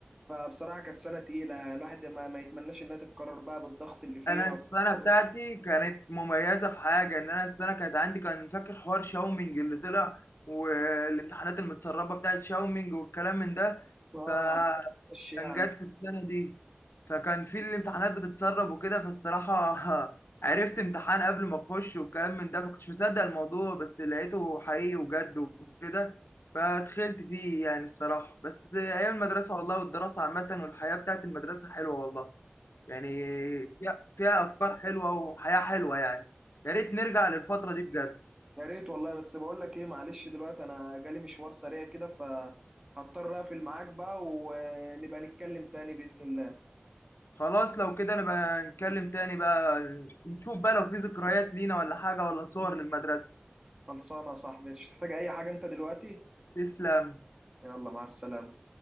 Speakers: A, on the right; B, on the left.
A: فبصراحه كانت سنه تقيله يعني الواحد ما, ما يتمناش انها تتكرر بقى بالضغط اللي فيها
B: انا السنه
A: طب
B: بتاعتي كانت مميزه في حاجه ان انا السنه كانت عندي كان فاكر حوار شاومينج اللي طلع والامتحانات المتسربه بتاعت شاومينج والكلام من ده
A: اه
B: فكان
A: يعني كله ماشي يعني
B: جات في السنه دي فكان في الامتحانات بتتسرب وكده فالصراحه <laughs> عرفت امتحان قبل ما اخش والكلام من ده فكنتش مصدق الموضوع بس لقيته حقيقي وجد وكده فدخلت فيه يعني الصراحه بس ايام المدرسه والله والدراسه عامه والحياه بتاعت المدرسه حلوه والله يعني فيها فيها افكار حلوه وحياه حلوه يعني يا ريت نرجع للفتره دي بجد
A: يا ريت والله بس بقول لك ايه معلش دلوقتي انا جالي مشوار سريع كده فهضطر اقفل معاك بقى ونبقى نتكلم تاني بإذن الله
B: خلاص لو كده نبقى نتكلم تاني بقى نشوف بقى لو في ذكريات لينا ولا حاجه ولا صور للمدرسه
A: خلصانة يا صاحبي مش تحتاج اي حاجة انت دلوقتي
B: تسلم
A: يلا مع السلامة